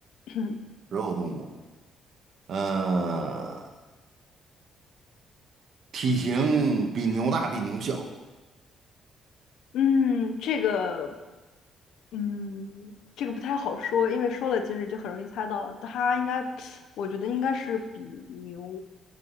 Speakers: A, on the left; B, on the right.
A: <clears throat>
B: 食肉动物，呃，体型比牛大，比牛小
A: 嗯，这个，嗯，这个不太好说，因为说了其实就很容易猜到，它应该，我觉得应该是比牛